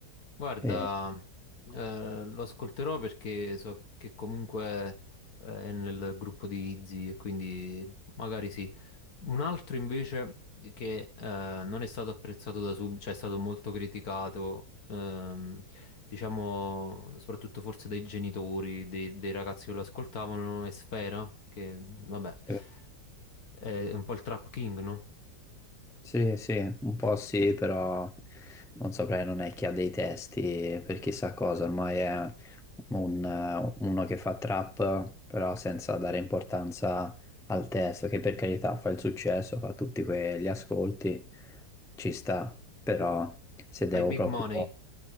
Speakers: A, on the left; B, in the centre.
A: Guarda,
B: E-
A: eh, lo ascolterò perché so che comunque eh, è nel gruppo di Izzy e quindi magari sì. Un altro invece che eh, non è stato apprezzato da sub, cioè è stato molto criticato, ehm, diciamo soprattutto forse dai genitori, dei, dei ragazzi che lo ascoltavano, è Sfera, che vabbè,
B: sì.
A: è un po' il trap king, no?
B: Sì, sì, un po' sì, però non saprei, non è che ha dei testi per chissà cosa, ormai è un, eh, uno che fa trap, però senza dare importanza al testo, che per carità fa il successo, fa tutti quegli ascolti, ci sta, però se devo
A: Fai big
B: proprio
A: money.